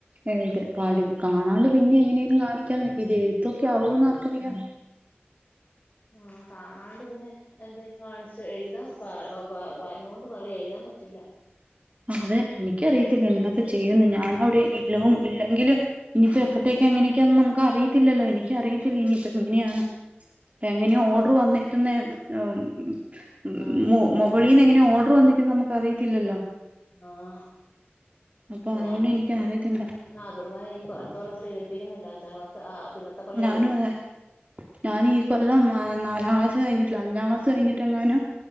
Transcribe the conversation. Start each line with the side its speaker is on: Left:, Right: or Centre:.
Right: എഴ്ത് പഠി കാണാണ്ട് പിന്നെ എങ്ങനെലും കാണിക്കാന്ന് വെക്കാ ഇത് എഴുത്തൊക്കെ ആവൂന്ന് ആർക്കറിയാ
Left: ആഹ് കാണാണ്ട് പിന്നെ എന്തെം കാണിച്ച് എഴുതാൻ പറ വ വ വായങ്ങൊണ്ട് പറിയാ എഴുതാൻ പറ്റില്ല.
Right: അതെ എനിക്കറിയത്തില്ല എന്താപ്പം ചെയ്യാന്ന് ഞാന് അവ്ടെ ഇല്ലോം ഇല്ലെങ്കിലും ഇനിയിപ്പോ എപ്പത്തേക്കാ എങ്ങനെയൊക്കെയാന്ന് നമുക്ക് അറിയത്തില്ലല്ലോ എനിക്ക് അറിയത്തില്ല ഇനിയിപ്പം എങ്ങനെയാന്ന് എങ്ങനെ ഓഡെർ വന്നേക്കുന്നേ എഹ് ഉം ഉം
Left: ആഹ്
Right: മു മുകളിലീന്ന് എങ്ങനെ ഓഡെർ വന്നെക്കുന്നെ നമുക്ക് അറിയത്തില്ലല്ലോ
Left: ആഹ്
Right: അപ്പൊ അതുകൊണ്ട്
Left: ഞാൻ
Right: എനിക്ക് അറിയത്തില്ല
Left: നാ കുർബാന ഇനിയിപ്പോ അടുത്ത കൊല്ലം സ്വീകരിപ്പിക്കിക്കുന്നില്ല അഞ്ചാം ക്ലാസ് ആ പിന്നത്തെ കൊല്ല
Right: ഞാനും
Left: ചേച്ചി
Right: അതെ ഞാൻ ഈ കൊല്ലം അതെ നാലാം ക്ലാസ് കഴിഞ്ഞിട്ടില്ല അഞ്ചാം ക്ലാസ് കഴിഞ്ഞിട്ടെ എങ്ങാനും